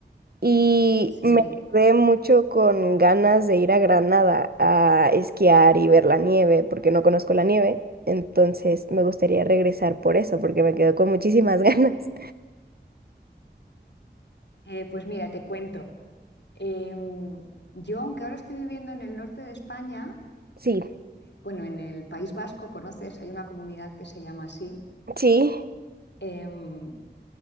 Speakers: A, on the right; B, on the left.
A: Y
B: Sí,
A: me quedé mucho con ganas de ir a Granada a esquiar y ver la nieve, porque no conozco la nieve. Entonces me gustaría regresar por eso, porque me quedo con muchísimas <laughs> ganas.
B: Eh, pues mira, te cuento. Em, yo, aunque ahora estoy viviendo en el norte de España,
A: Sí,
B: bueno, en el País Vasco, conoces, hay una comunidad que se llama así.
A: sí,
B: Em,